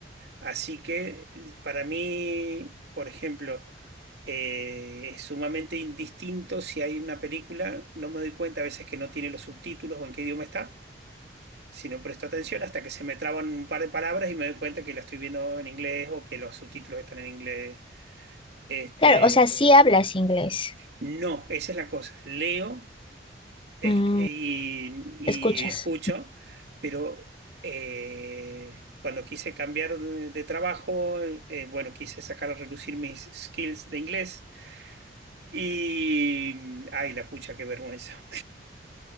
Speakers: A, on the right; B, on the left.
A: Así que eh, para mí, por ejemplo, eh, es sumamente indistinto si hay una película, no me doy cuenta a veces que no tiene los subtítulos o en qué idioma está si no presto atención hasta que se me traban un par de palabras y me doy cuenta que la estoy viendo en inglés o que los subtítulos están en inglés. Este,
B: Claro, o sea, sí hablas inglés,
A: no, esa es la cosa. Leo es-
B: mm,
A: y, y
B: escuchas,
A: escucho, pero eh, cuando quise cambiar de, de trabajo, eh, bueno, quise sacar a relucir mis skills de inglés y, ay, la pucha, qué vergüenza.